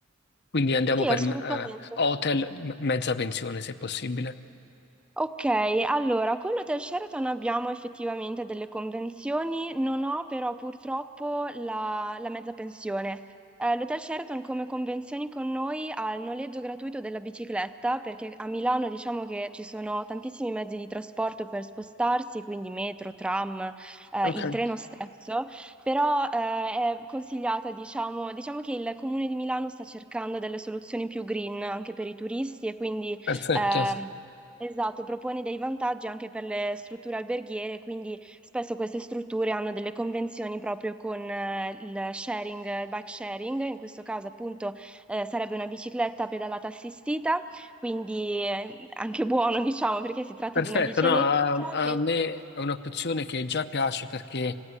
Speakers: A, on the left; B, in the centre.
A: Quindi andiamo
B: Sì,
A: per
B: assolutamente.
A: eh, hotel, m- mezza pensione se possibile.
B: Ok, allora, con l'Hotel Sheraton abbiamo effettivamente delle convenzioni, non ho però purtroppo la, la mezza pensione. Eh, l'Hotel Sheraton come convenzioni con noi ha il noleggio gratuito della bicicletta, perché a Milano diciamo che ci sono tantissimi mezzi di trasporto per spostarsi, quindi metro, tram, eh,
A: Ok.
B: il treno stesso, però eh, è consigliata, diciamo, diciamo che il Comune di Milano sta cercando delle soluzioni più green anche per i turisti e quindi...
A: Perfetto.
B: Ehm, Esatto, propone dei vantaggi anche per le strutture alberghiere, quindi spesso queste strutture hanno delle convenzioni proprio con eh, il sharing, eh, bike sharing, in questo caso appunto eh, sarebbe una bicicletta pedalata assistita, quindi eh, anche buono <laughs> diciamo perché si tratta
A: Perfetto,
B: di una bici
A: no,
B: elettrica.
A: a, a
B: che-
A: me è un'opzione che già piace perché eh,